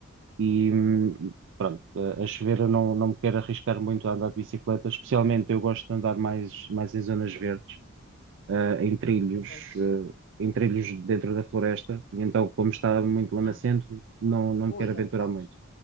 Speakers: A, on the right; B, on the left.
A: e hum, pronto, a, a chover eu não, não me quero arriscar muito a andar de bicicleta, especialmente eu gosto de andar mais, mais em zonas verdes, ah, em trilhos,
B: Pois.
A: ah, em trilhos dentro da floresta, e então como está muito
B: Ah.
A: lamacento, não, não
B: Ui,
A: me quero aventurar
B: é o caos.
A: muito.